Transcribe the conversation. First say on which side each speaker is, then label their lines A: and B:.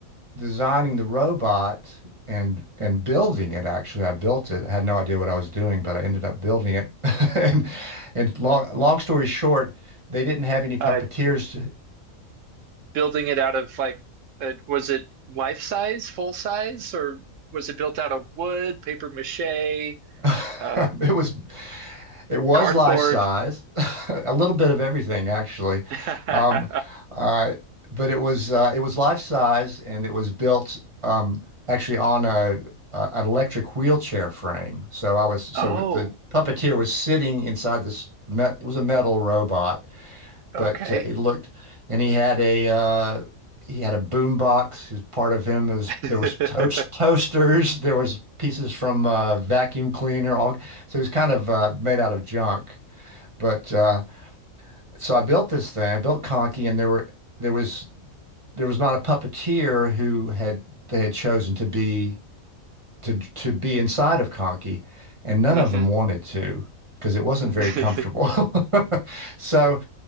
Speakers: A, on the right; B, on the right.
A: designing the robot and and building it. Actually, I built it. I had no idea what I was doing, but I ended up building it. <laughs> And and long long story short, they didn't have any puppeteers.
B: Uh,
A: To,
B: building it out of like, uh, was it life size, full size, or was it built out of wood, paper mache?
A: <laughs>
B: Uh,
A: it was It was
B: cardboard.
A: life size, <laughs> a little bit of everything actually.
B: <laughs>
A: Um, uh, but it was uh, it was life size, and it was built um, actually on a, a an electric wheelchair frame. So I was so
B: oh,
A: the puppeteer was sitting inside this met, it was a metal robot, but
B: okay.
A: uh, it looked, and he had a uh, he had a boom box. He part of him. Is
B: <laughs>
A: there was toast toasters. <laughs> There was pieces from uh, vacuum cleaner. All so it was kind of uh, made out of junk. But uh, so I built this thing. I built Conky, and there were there was there was not a puppeteer who had they had chosen to be to to be inside of Conky, and none
B: Mhm.
A: of them wanted to because it wasn't very
B: <laughs>
A: comfortable. <laughs> So